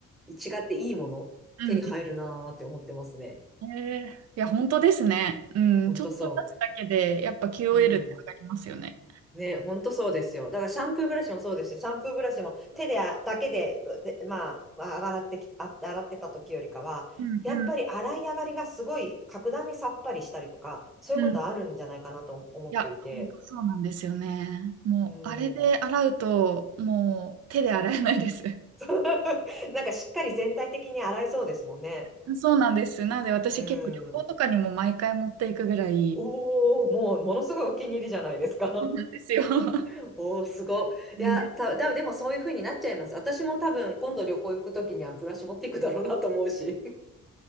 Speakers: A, in the centre; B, on the right.
A: 違っていいもの、
B: うん
A: 手に入るなーって思ってますね。
B: えー、いや、本当ですね。うん、
A: ほんとそ
B: ちょっと出すだけで、やっぱ QOL
A: う。うん。
B: って上がりますよね。
A: ね、ほんとそうですよ。だから、シャンプーブラシもそうですし、シャンプーブラシも手で、あだけで、で、まあ、まあ洗ってき、あ、洗ってた時よりかは、
B: うんう
A: やっぱり洗い上がりがすごい、格段にさっぱりしたりとか、そういうことあるんじゃないかなと思っていて。
B: んうん。いや、本当そうなんですよね。もう、
A: うん。
B: あれで洗うと、もう手で洗えないです。
A: <laughs> なんかしっかり全体的に洗えそうですもんね。
B: <laughs> そうなんです。なので、私結構旅行とかにも毎回持っていくぐらい、
A: うん。おお、もうものすごいお気に入りじゃないですか。
B: そうなんですよ。<laughs>
A: <laughs> おお、すごい。
B: うんで
A: いや、た、だ、でもそういう風になっちゃいます。私も多分今度旅行行くときにはブラシ持っていくだろうなと思うし。